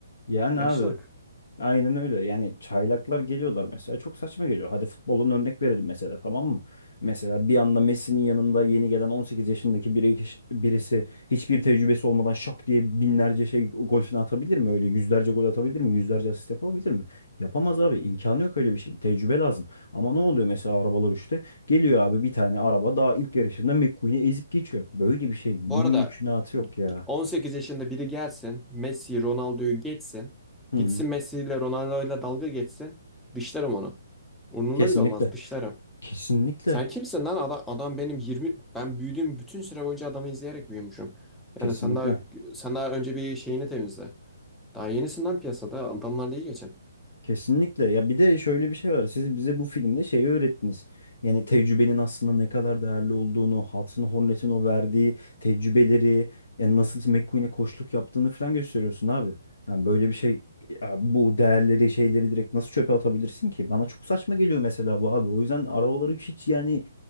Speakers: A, on the left; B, in the centre.
A: Yani
B: Yaşlılık.
A: abi aynen öyle. Yani çaylaklar geliyorlar mesela. Çok saçma geliyor. Hadi futbolun örnek verelim mesela tamam mı? Mesela bir anda Messi'nin yanında yeni gelen 18 yaşındaki biri, birisi hiçbir tecrübesi olmadan şak diye binlerce şey gol falan atabilir mi? Öyle yüzlerce gol atabilir mi? Yüzlerce asist yapabilir mi? Yapamaz abi. İmkanı yok öyle bir şey. Tecrübe lazım. Ama ne oluyor mesela arabalar işte? Geliyor abi bir tane araba daha ilk yarışında McQueen'i ezip geçiyor. Böyle bir şey mümkünatı
B: Bu arada
A: yok ya.
B: 18 yaşında biri gelsin, Messi, Ronaldo'yu geçsin.
A: Hı
B: Gitsin
A: hı.
B: Messi ile Ronaldo ile dalga geçsin. Dışlarım onu. Umurumda
A: Kesinlikle.
B: bile olmaz, dışlarım.
A: Kesinlikle.
B: Sen kimsin lan? Adam, adam benim 20... Ben büyüdüğüm bütün süre boyunca adamı izleyerek büyümüşüm.
A: Kesinlikle.
B: Yani sen daha, sen daha önce bir şeyini temizle. Daha yenisinden piyasada. Adamlarla iyi geçin.
A: Kesinlikle. Ya bir de şöyle bir şey var. Siz bize bu filmde şeyi öğrettiniz. Yani tecrübenin aslında ne kadar değerli olduğunu, Hudson Hornet'in o verdiği tecrübeleri, yani nasıl McQueen'e koçluk yaptığını falan gösteriyorsun abi. Yani böyle bir şey ya bu değerleri, şeyleri direkt nasıl çöpe atabilirsin ki? Bana çok saçma geliyor mesela bu abi. O yüzden arabaları hiç yani